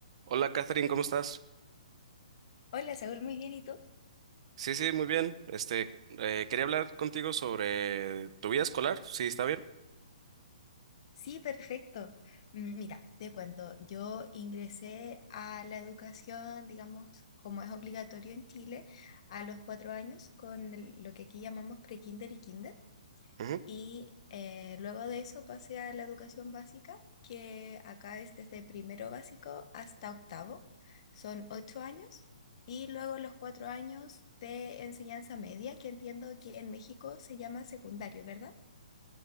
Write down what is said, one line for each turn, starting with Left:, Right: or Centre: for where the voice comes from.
Right: Hola, Catherine, ¿cómo estás?
Left: Hola, Saúl, muy bien, ¿y tú?
Right: Sí, sí, muy bien. Este, eh, quería hablar contigo sobre tu vida escolar, sí, está bien.
Left: Sí, perfecto. Mm, Mira, te cuento, yo ingresé a la educación, digamos, como es obligatorio en Chile, a los cuatro años con el- lo que aquí llamamos pre-kinder y kinder.
Right: Ujú.
Left: Y eh, luego de eso pasé a la educación básica, que acá es desde primero básico hasta octavo, son ocho años. Y luego los cuatro años de enseñanza media, que entiendo que en México se llama secundario, ¿verdad?